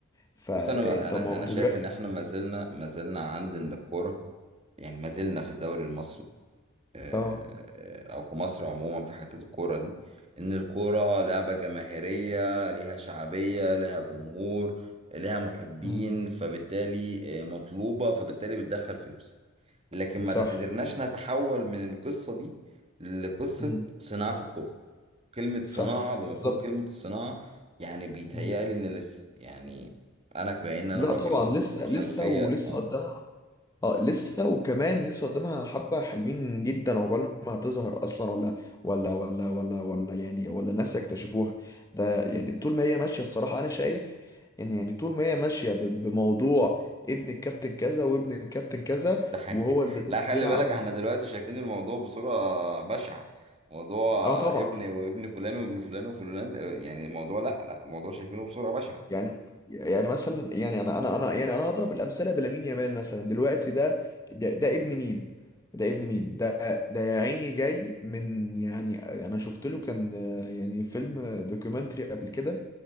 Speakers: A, on the left (about 15°); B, on the right (about 30°).
A: فطب
B: بص انا انا
A: ما هو
B: انا
A: انت
B: شايف
A: دلوقتي
B: ان احنا ما زلنا ما زلنا عندنا الكوره يعني ما زلنا في الدوري المصري آه،
A: اه
B: آه، او في مصر عموما في حته الكوره دي ان الكوره لعبه جماهيريه ليها شعبيه ليها جمهور ليها محبين
A: امم
B: فبالتالي آه، مطلوبه فبالتالي بتدخل فلوس لكن ما
A: صح
B: قدرناش نتحول من القصة دي لقصة
A: امم
B: صناعة الكورة كلمة صناعة
A: صح
B: بمفهوم
A: بالظبط
B: كلمة الصناعة يعني بيتهيألي
A: مم.
B: إن لسه يعني أنا بما إن أنا
A: لا
B: راجل
A: طبعا لسه
B: خلفية
A: لسه ولسه
B: آه
A: قدامها اه لسه وكمان لسه قدامها حبة حلوين جدا عقبال ما هتظهر اصلا ولا ولا ولا ولا ولا يعني ولا الناس يكتشفوها ده يعني طول ما هي ماشية الصراحة انا شايف ان يعني طول ما هي ماشية ب- بموضوع ابن الكابتن كذا وابن الكابتن كذا
B: ده حقيقي.
A: وهو
B: <laughs>
A: اللي لازم
B: لا خلي
A: يلعب
B: بالك احنا
A: و...
B: دلوقتي شايفين الموضوع بصورة بشعة موضوع
A: اه طبعا
B: ابن وابن فلان وابن فلان وفلان آه، يعني الموضوع لا لا الموضوع شايفينه بصورة بشعة
A: يعني يعني مثلا يعني انا انا انا يعني انا اضرب الامثله بلامين يامال مثلا دلوقتي ده ده, ده ابن مين ده ابن مين ده ده يا عيني جاي من يعني انا شفت له كان آه، يعني فيلم دوكيومنتري قبل كده